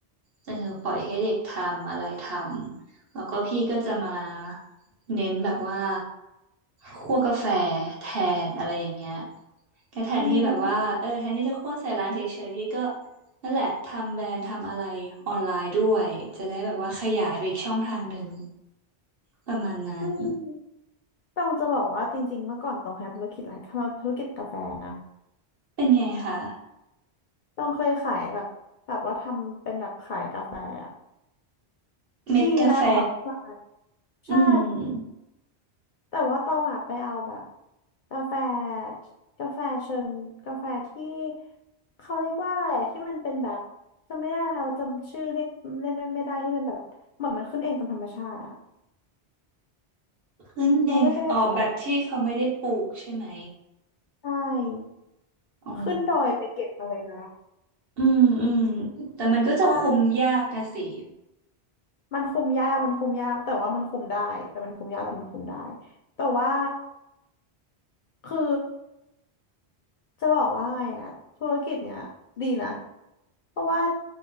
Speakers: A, on the right; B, on the left.
A: เออปล่อยให้เด็กทำอะไรทำแล้วก็พี่ก็จะมาเน้นแบบว่าคั่วกาแฟแทนอะไรอย่างเงี้ย ก็แทนที่แบบว่าเออแทนที่จะโฆษณาใส่ร้านเฉยๆพี่ก็
B: อือหือ
A: นั่นแหละทำแบรนด์ทำอะไรออนไลน์ด้วยจะได้แบบว่าขยายไปอีกช่องทางหนึ่งประมาณนั้น
B: อืมต้องจะบอกว่าจริงๆเมื่อก่อนตองเคยทำธุรกิจร้านทำธุรกิจกาแฟนะ
A: เป็นไงคะ
B: ต้องเคยขายแบบแบบว่าทำเป็นแบบขายกาแฟอะ
A: เม็ดกาแฟ
B: ดีนะคะขายใช่
A: อืม
B: แต่ว่าตองอ่ะไปเอาแบบกาแฟกาแฟเชิงกาแฟที่เขาเรียกว่าอะไรอะที่มันเป็นแบบจำไม่ได้เราจำชื่อเรียกเล่นนั้นไม่ได้ที่มันแบบเหมือนมันขึ้นเองตามธรรมชาติอะ
A: ขึ้นเองอ๋อแบบที่เขาไม่ได้ปลูกใช่ไหม
B: เราไม่ได้ปลูกใช่
A: อ๋อ
B: ขึ้นดอยไปเก็บมาเลยนะ
A: อืมอืมแต่มันก็จะคุมยากนะสิ
B: ใช่มันคุมยากมันคุมยากแต่ว่ามันคุมได้แต่มันคุมยากแต่มันคุมได้แต่ว่าคือ จะบอกว่าไงอะธุรกิจเนี่ยดีนะ เพราะว่า